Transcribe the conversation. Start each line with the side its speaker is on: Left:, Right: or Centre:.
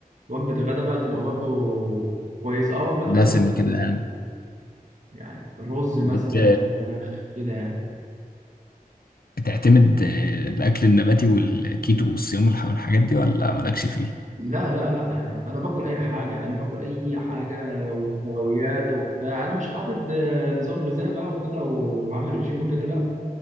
Right: وجبه الغدا بقى تبقى برضو كويس اه وجبه
Left: دسم
Right: غدا صحية.
Left: كده يعني
Right: يعني رز مثلا
Left: بت...
Right: فراخ كده يعني
Left: بتعتمد آه، الاكل النباتي والكيتو والصيام والح- والحاجات دي ولا مالكش فيه
Right: لا لا لا يعني انا باكل اي حاجه انا باكل اي حاجه وحلويات وبتاع انا مش حاطط آه، نظام غذائي بقى وكده وعامل رجيم وكده لا